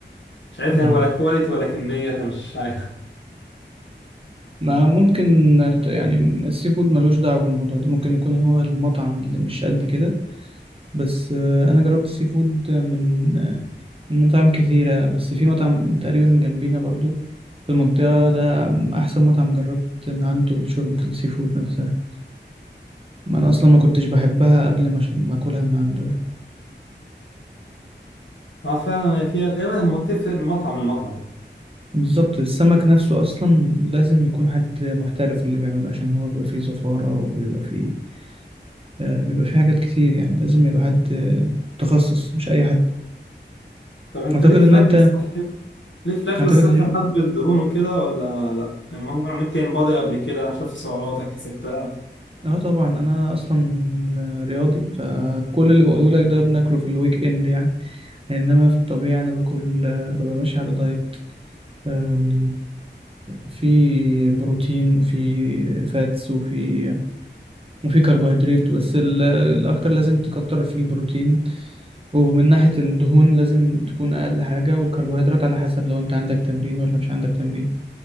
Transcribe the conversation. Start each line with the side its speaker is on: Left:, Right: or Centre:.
Left: مش عارف
Right: مم.
Left: هي ولا كواليتي ولا كميه فمش عارف
Right: ما ممكن يعني السي فود ملوش دعوة بالموضوع ده ممكن يكون هو المطعم اللي مش قد كده بس آه، أنا جربت السي فود من آه، من مطاعم كتيرة بس في مطعم تقريبا جنبينا برضو في المنطقة ده أحسن مطعم جربت من عنده شوربة السي فود نفسها ما انا اصلا ما كنتش بحبها قبل ما عشان ما اكلها من عنده يعني
Left: اه فعلا هي فيها تقريبا الم- بتفرق من مطعم لمطعم
Right: بالظبط السمك نفسه اصلا لازم يكون حد محترف اللي بيعمله عشان هو بيبقى فيه زفارة وبيبقى فيه آه بيبقى فيه حاجات كتير يعني لازم يبقى حد آه، متخصص مش اي حد
Left: طب انت
Right: اعتقد
Left: ليك في
Right: ان
Left: الاكل
Right: انت
Left: الصحي ليك في الاكل
Right: اعتقد
Left: الصحي
Right: ان
Left: وحاسب الدهون وكده ولا لا يعني عملت ان بادي قبل كده شفت سعراتك حسبت
Right: اه طبعا انا اصلا آه، رياضي فكل اللي بقوله لك ده بناكله في الويك اند يعني انما في الطبيعة انا باكل آه، ببقى ماشي على دايت آم، في بروتين في فاتس وفي وفي كربوهيدرات بس ال- الأكتر لازم تكتر في البروتين ومن ناحية الدهون لازم تكون أقل حاجة والكربوهيدرات على حسب لو أنت عندك تمرين ولا مش عندك تمرين